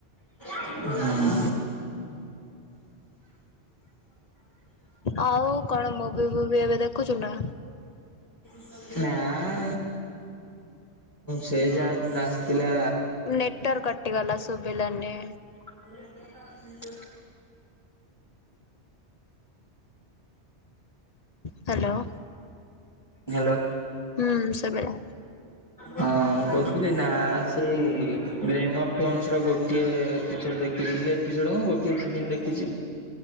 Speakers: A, on the left; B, on the left.
A: <unintelligible>
B: ଆଉ କଣ ମୁଭି ଫୁବି ଏବେ ଦେଖୁଛୁ ନା?
A: ନା। ସେଇ ଯାହା ନାଚଥିଲା।
B: ନେଟର୍ କଟିଗଲା ସୁଭିିଲାନି।
A: <inaudible>
B: ହ୍ୟାଲୋ।
A: ହ୍ୟାଲୋ
B: ହୁଁ ଶୁଭିଲା।
A: ହଁ ମୁଁ କହୁ ନା ସେଇ ରେ ଫଣସର ଗୋଟିଏ ଏପିସୋଡ଼୍ ଦେଖିଥିଲି ଏପିସୋଡ଼୍ ମୁଁ ଗୋଟିଏ ସିଜିନ୍ ଦେଖିଛି।